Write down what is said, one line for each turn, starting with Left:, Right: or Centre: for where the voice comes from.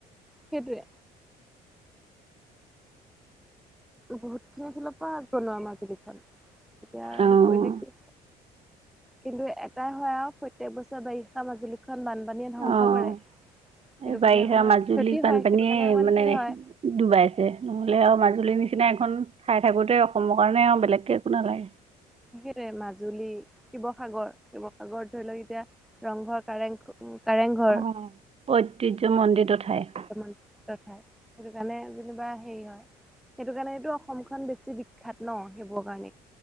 Centre: সেইটোৱে বহুতখিনিৰ ফালৰ পৰা আগবনোৱা মাজুলীখন এতিয়া
Right: অঁ
Centre: হে কৰিলে কি কিন্তু এটাই হয় আৰু প্ৰত্যয়েক বছৰে বাৰিষা মাজুলী খন বানপানীয়ে ধ্বংস
Right: অঁ
Centre: কৰে সেইটো
Right: এই বাৰিষা
Centre: কাৰণে অকণমান
Right: মাজুলী
Centre: ক্ষতি
Right: বানপানীয়ে
Centre: হয় সেইটো কাৰণে অকণমান
Right: মানে
Centre: হেৰি হয়
Right: ডুবাই আছে নহলে আৰু মাজুলী নিচিনা সিনা এখন ঠাই থাকোতে অসমৰ কাৰণে আৰু বেলেগকে একো নালাগে
Centre: সেই মাজুলী শিৱসাগৰ শিৱসাগৰত ধৰি লওক এতিয়া ৰংঘৰ কাৰেং কাৰেংঘৰ
Right: অ ঐতিহ্যৰ মন্দিৰটো ঠাই
Centre: তাই সেইটো কাৰণে যেনিবা হেৰি হয় <unintelligible> সেইটো কাৰণেতটো অসমখন বেছি বিখ্যাত ন সেইবোৰ কাৰণে